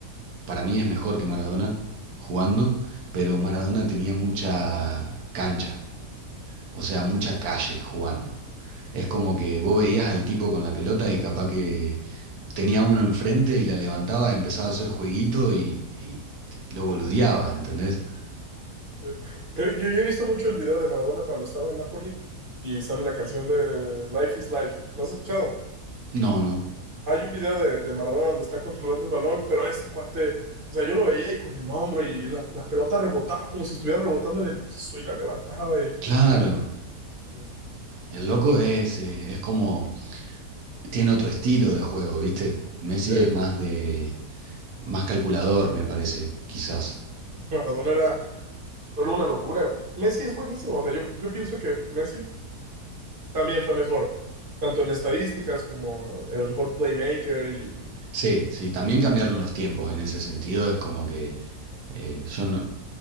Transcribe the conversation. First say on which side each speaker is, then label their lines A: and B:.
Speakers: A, on the right (about 80°); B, on the right (about 45°).
A: para mí es mejor que Maradona jugando, pero Maradona tenía mucha cancha, o sea, mucha calle jugando. Es como que vos veías al tipo con la pelota y capaz que tenía uno enfrente y la levantaba, empezaba a hacer jueguito y, y te- lo boludeaba, ¿entendés?
B: Sí. Eh, Yo, yo he visto mucho el video de Maradona cuando estaba en Napoli y sale la canción de Life is Life. ¿Lo has escuchado?
A: No, no.
B: Hay un video de, de Maradona donde está controlando el balón, pero ese cuate, o sea, yo lo veía y con el hombro y la, la pelota rebotaba como si estuviera rebotando en el piso y la levantaba y...
A: Claro,
B: yo decía,
A: el loco es, eh, es como, tiene otro estilo de juego, ¿viste? Messi
B: eh,
A: es más de, más calculador, me parece, quizás.
B: Maradona era, era una locura. Messi es buenísimo, o sea, yo, yo pienso que Messi También fue mejor, tanto en estadísticas como el mejor playmaker y...
A: Sí, sí, también cambiaron los tiempos en ese sentido, es como que eh, yo no,